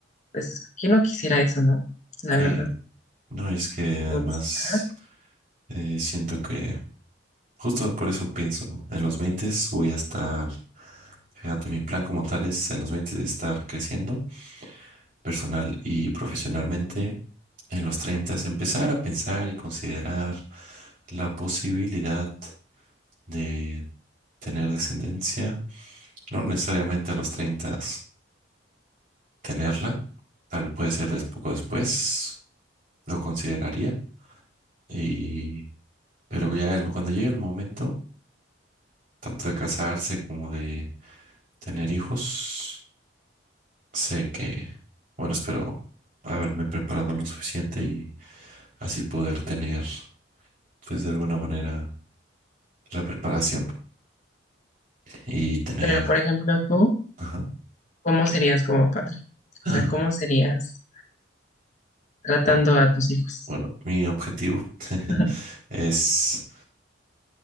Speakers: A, on the left; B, on the right.
A: Pues, ¿quién no quisiera eso, no? La
B: Sí.
A: verdad.
B: No, y es que
A: Entonces,
B: además
A: ajá.
B: eh, siento que justo por eso pienso, en los 20 voy a estar, fíjate, mi plan como tal es en los 20 de estar creciendo personal y profesionalmente, en los 30, empezar a pensar y considerar la posibilidad de tener descendencia, no necesariamente a los 30 tenerla, tal puede ser des- poco después, lo consideraría, y, pero ya el- cuando llegue el momento, tanto de casarse como de tener hijos, sé que, bueno, espero haberme preparado lo suficiente y así poder tener pues de alguna manera la preparación y tener,
A: Pero por ejemplo, tú,
B: ajá.
A: ¿cómo serías como padre? O
B: Ah,
A: sea, ¿cómo serías tratando
B: No,
A: a tus hijos?
B: bueno, mi objetivo <laughs>
A: <laughs>
B: es